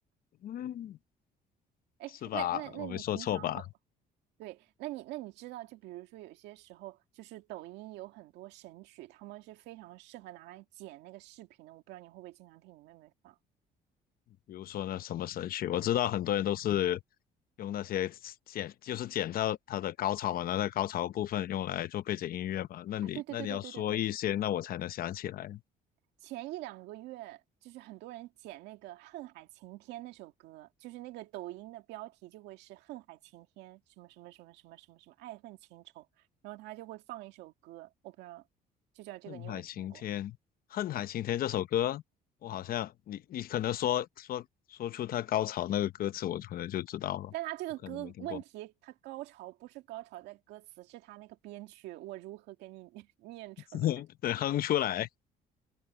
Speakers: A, on the left; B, on the right.
A: 嗯，
B: 哎，
A: 是吧？
B: 那那那你平常会
A: 我没说错吧？
B: 对，那你那你知道，就比如说有些时候，就是抖音有很多神曲，他们是非常适合拿来剪那个视频的。我不知道你会不会经常听你妹妹放
A: 比如说那什么神曲，我知道很多人都是用那些剪，就是剪到他的高潮嘛，拿到高潮部分用来做背景音乐嘛。那你那你要说一些，
B: 啊？对对对对对对对，
A: 那我才能想起来。
B: 前一两个月就是很多人剪那个《恨海晴天》那首歌，就是那个抖音的标题就会是《恨海晴天》什么什么什么什么什么什么爱恨情仇，然后他就会放一首歌，我不知道就叫这个，
A: 恨海晴天，
B: 你有没有听过？
A: 恨海晴天这首歌，我好像你你可能说说说出他高潮那个歌词，我可能就知道了，
B: 但他这个歌问题，
A: 我可能没听过。
B: 他高潮不是高潮在歌词，是他那个编曲，我如何给你 <laughs> 念出来？
A: <laughs> 对，哼出来。